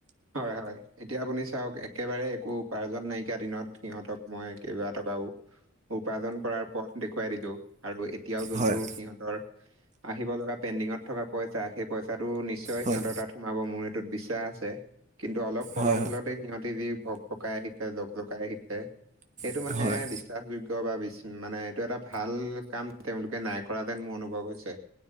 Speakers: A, on the right (about 80°); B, on the right (about 35°).
A: হয় হয়। এতিয়া আপুনি চাওক একেবাৰে একো উপাৰ্জন নাইকিয়া দিনত সিহঁতক মই কেইবা টকাও <unintelligible> উপাৰ্জন কৰাৰ পথ দেখুৱাই দিলো। আৰু এতিয়াও যোনটো
B: হয়
A: সিহতৰ আহিব লগা পেণ্ডিঙত থকা পইচা সেই পইচাটো নিশ্চয়। নিশ্চয়
B: হয়
A: সিহঁতৰ তাত সোমাব মোৰ এইটোত বিশ্বাস আছে কিন্তু অলপ পলম
B: হয়
A: হলতে সিহঁতে যি ভক্ত <unintelligible> পকাই আহিছে জগ জগাই আহিছে সেইটো
B: হয়
A: মানে
B: হয়।
A: বিশ্বাসযোগ্য বা মানে এইটো এটা ভাল কাম তেওঁলোকে নাই কৰা যেন মোৰ অনুভৱ হৈছে।